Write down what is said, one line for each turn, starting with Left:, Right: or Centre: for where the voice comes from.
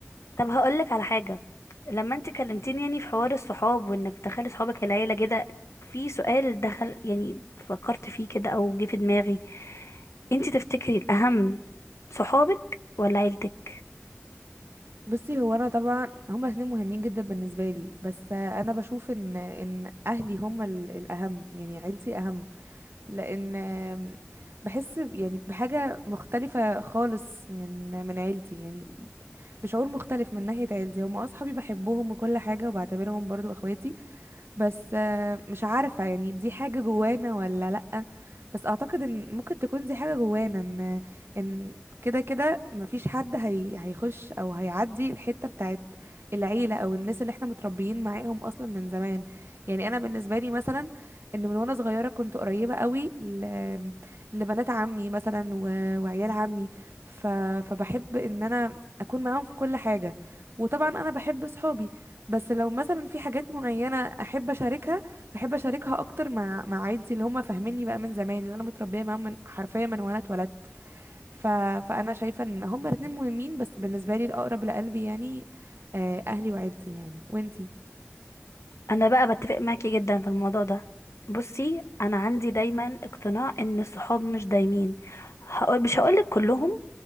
Left: طب هقولك على حاجة لما انت كلمتيني يعني في حوار الصحاب وانك تدخلي صحابك العيلة كده في سؤال دخل يعني فكرت فيه كده او جه في دماغي انت تفتكري الاهم صحابك ولا عيلتك
Right: بصي هو انا طبعا هما الاثنين مهمين جدا بالنسبه لي بس انا بشوف ان ان اهلي هما ال- الاهم يعني عيلتي اهم لان بحس يعني بحاجه مختلفه خالص من من عيلتي يعني بشعور مختلف من ناحيه عيلتي هما اصحابي بحبهم وكل حاجه وبعتبرهم برضو اخواتي بس آه، مش عارفة يعني دي حاجة جوانا ولا لأ بس أعتقد إن ممكن تكون دي حاجة جوانا إن إن كده كده مفيش حد هي هيخش أو هيعدي الحتة بتاعت العيلة أو الناس اللي احنا متربيين معاهم أصلا من زمان يعني أنا بالنسبة لي مثلا إن من وأنا صغيرة كنت قريبة قوي ل... لبنات عمي مثلا و... وعيال عمي ف... فبحب إن أنا أكون معاهم في كل حاجة وطبعا أنا بحب صحابي بس لو مثلا في حاجات معينة أحب أشاركها بحب أشاركها أكتر مع مع عيلتي اللي هم فاهميني بقى من زمان اللي أنا متربية معاهم من حرفيا من وأنا اتولدت ف... فأنا شايفة إن هما الاتنين مهمين بس بالنسبة لي الأقرب لقلبي يعني آه، أهلي وعيلتي يعني وإنتي
Left: انا بقى بتفق معاكي جدا في الموضوع ده بصي انا عندي دايما اقتناع ان الصحاب مش دايمين هقول مش هقولك كلهم